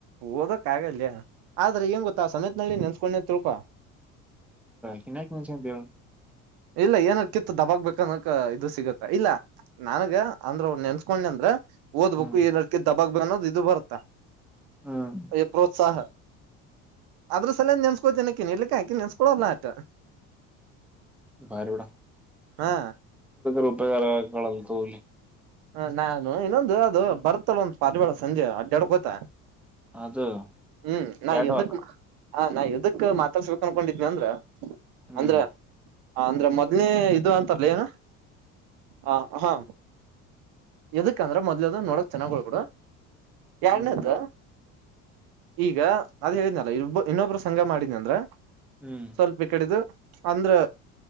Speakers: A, on the right; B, in the centre.
A: ಓದಕ್ ಆಗಲ್ಲ ಅ್ರೆ ಏಂಗ ಗೊತ್ತ ಆ ಸಮೇತನಲ್ಲಿ ನೆನ್ಸ್ಕೊಂಡೆ ತ ತಿರುಕಾ
B: ಕಿನ್ಯಾಕ್ ನಿನ್ಸ್ಕೊಂತ ಹೇಳು
A: ಇಲ್ಲ ಏನ ಕಿತ್ತು ದಬಕ್ಬೇಕು ಅಕ್ಕನಕ ಇದು ಸಿಗುತ್ತ ಇಲ್ಲ ನನ್ಗ ಅಂದ್ರ ನೆನ್ಸ್ಕೊಂಡಿ ಅಂದ್ರ ಓದ್ಬೇಕು
B: ಹ್ಮ್
A: ಏನ್ ಅಡ್ಕ ದಬಾಗ ಬ ಅನ್ನೋದು ಇದು ಬರತ್ತಾ
B: ಹ್ಮ್
A: ಅ ಪ್ರೋತ್ಸಾಹ ಅದ್ರ ಸಲೇ ನೆನ್ಸ್ಕೋತಿನನಕ್ಕೆಿಡ್ಲಿಕ್ಕೆ ಹಾಕಿ ನೆನ್ಸ್ಕೊೋಲ್ಲ ಅಟ
B: ಭಾರಿಡ
A: ಹಾ
B: ರೂಪರಳಲ್ಲ ತೋಲ
A: ಹ ನಾನು ಇನ್ನೊಂದು ಅದು ಬರುತ್ತಲ್ಲ ಒಂದ್ ಪಲ್ ಬೇಳ ಸಂಜೆ ಅಡ್ ಎಡ್ಗೋತ
B: ಅದು
A: ಹ್ಮ್ ನಾ
B: ಕ್ಯಾಟ್
A: ಎದುಕ್ಕ
B: ವಾಕ್
A: ಮಾ ಹ ನಾ ಯುದಕ್ ಮಾತಾಡ್ಸ್ಬೇಕ ಅನ್ಕೊಂಡಿದ್ನಿ ಅಂದ್ರ
B: ಹ್ಮ್
A: ಅಂದ್ರ ಹ ಅಂದ್ರೆ ಮೊದ್ನೇ ಇದು ಅಂತಾರಲ್ಲ ಏನ ಹ ಹಾ ಎದಕ್ಕಂದ್ರ ಮೊದ್ಲುದ ನೋಡಕ್ ಚೆನ್ನಾಗ್ ಹೊಳ್ಗಡು ಎಾರ್ನೇತ್
B: ಹ್ಮ್
A: ಈಗ ಅದ್ ಹೇಳಿದ್ನಲ್ಲ ಇಬ ಇನ್ನೊಬ್ರು ಸಂಘ ಮಾಡಿನಿ ಅಂದ್ರ
B: ಹ್ಮ್
A: ಸ್ವಲ್ಪ ಕಡೆಿದು ಅಂದ್ರೆ